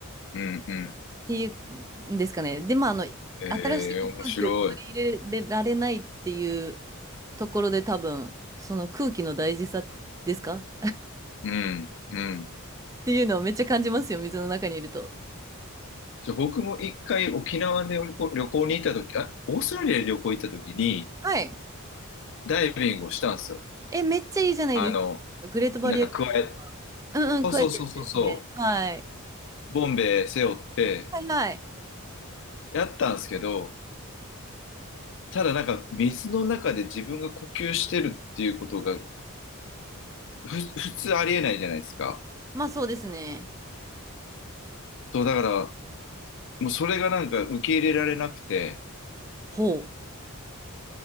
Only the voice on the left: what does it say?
うんうん。
ええ、
面白い。
うん、うん。
じゃあ僕も一回沖縄で旅行、旅行に行った時、あ、オーストラリアで旅行行った時に、
ダイビングをしたんですよ。
あの、
なんか加え、
そうそうそうそうそ
う、ボンベ背負って
やったんですけど、ただなんか水の中で自分が呼吸してるっていうことが、ふ、普通ありえないじゃないですか。
そう、だから、もうそれがなんか受け入れられなくて、